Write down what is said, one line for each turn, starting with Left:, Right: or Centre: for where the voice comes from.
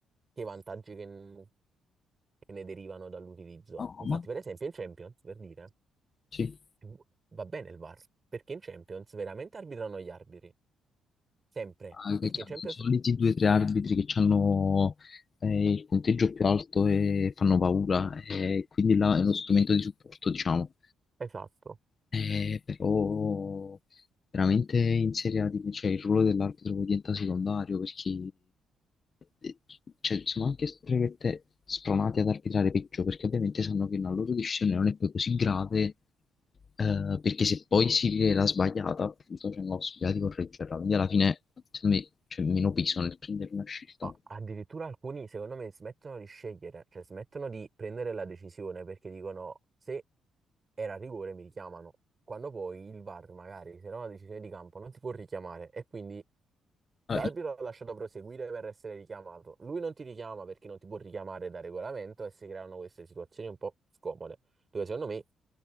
Right: che i vantaggi che, n- che ne derivano dall'utilizzo.
Left: no,
Right: Infatti,
Left: ma
Right: per esempio, in Champions, per dire,
Left: sì.
Right: eh, va bene il VAR, perché in Champions veramente arbitrano gli arbitri, sempre,
Left: Ah,
Right: perché
Left: che chiamano
Right: in Champions...
Left: I soliti due o tre arbitri che hanno il punteggio più alto e fanno paura. E quindi là
Right: Eh,
Left: è uno
Right: s-
Left: strumento di supporto, diciamo.
Right: Esatto.
Left: Eh, però veramente in Serie A di- cioè, il ruolo dell'arbitro poi diventa secondario perché eh, cioè, sono anche strette spronati ad arbitrare peggio perché ovviamente sanno che una loro decisione non è poi così grave eh, perché se poi si rivela sbagliata appunto c'è una possibilità di correggerla quindi alla fine secondo me c'è meno peso nel prendere una scelta.
Right: a- Addirittura alcuni, secondo me, smettono di scegliere, cioè smettono di prendere la decisione perché dicono se era rigore mi richiamano, quando poi il VAR magari se era una decisione di campo non ti può richiamare e quindi
Left: Ah,
Right: l'arbitro l'ha lasciato proseguire per essere richiamato. Lui non ti richiama perché non ti può richiamare da regolamento e si creano queste situazioni un po' scomode, dove secondo me...